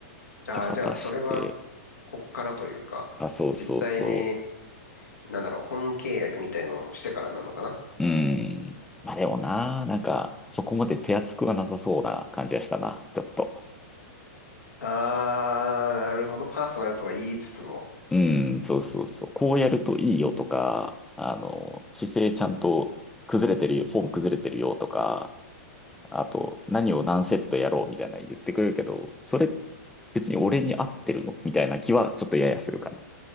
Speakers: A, on the left; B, in the centre.
A: ああ、
B: ちょ、果たして、
A: じゃあ、それはこっからというか、
B: あ、そうそうそ
A: 実態に、なんだろう、本契約みたいのをしてからなのかな。
B: う。うーん。まあでもな、なんかそこまで手厚くはなさそうな感じがしたな、ちょっと。
A: ああ、なるほど。パーソナルとは言いつつも、
B: うん、そうそうそう。こうやるといいよとか、あの、姿勢ちゃんと崩れてるよ、フォーム崩れてるよとか、あと、何を何セットやろうみたいなの言ってくるけど、それ別に俺に合ってるのみたいな気はちょっとややするかな。